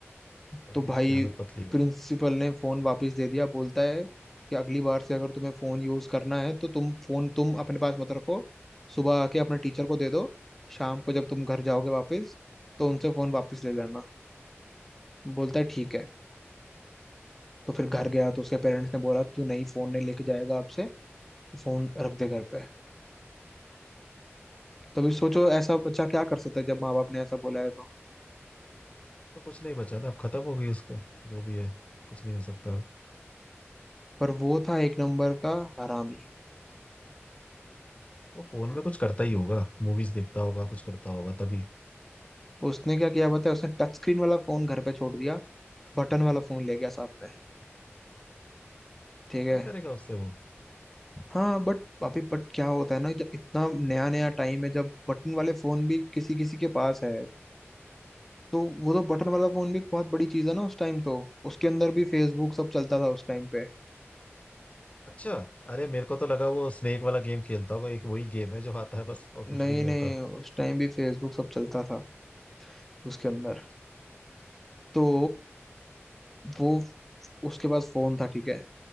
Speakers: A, on the left; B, in the centre.
A: तभी
B: तो भाई
A: उसकी हालत पतली होगी
B: प्रिंसिपल ने फोन वापस दे दिया बोलता है कि अगली बार से अगर तुम्हें फोन यूज करना है तो तुम फोन तुम अपने पास मत रखो सुबह आके अपने टीचर को दे दो शाम को जब तुम घर जाओगे वापस तो उनसे फोन वापस ले लेना बोलता है ठीक है तो फिर घर गया तो उसके पेरेंट्स ने बोला तू नहीं फोन नहीं लेके जाएगा आपसे फोन रख दे घर पे तो अभी सोचो ऐसा बच्चा क्या कर सकता है जब माँ बाप ने ऐसा बोला है तो
A: तो कुछ नहीं बचा ना अब खत्म हो गई उसका जो भी है कुछ नहीं हो सकता अब।
B: पर वो था एक नंबर का हरामी
A: वो फोन में कुछ करता ही होगा मूवीज देखता होगा कुछ करता होगा तभी
B: उसने क्या किया बताया उसने टच स्क्रीन वाला फोन घर पे छोड़ दिया बटन वाला फोन ले गया साथ में ठीक है
A: क्या करेगा उससे वो
B: हाँ बट अभी बट क्या होता है ना जब इतना नया नया टाइम है जब बटन वाले फोन भी किसी किसी के पास है तो वो तो बटन वाला फोन भी बहुत बड़ी चीज है ना उस टाइम तो उसके अंदर भी फेसबुक सब चलता था उस टाइम पे
A: अच्छा अरे मेरे को तो लगा वो स्नेक वाला गेम खेलता होगा एक वही गेम है जो आता है बस और
B: नहीं
A: कुछ भी नहीं
B: नहीं
A: होता
B: उस टाइम भी फेसबुक सब चलता था उसके अंदर
A: अच्छा
B: तो वो उसके पास फोन था ठीक है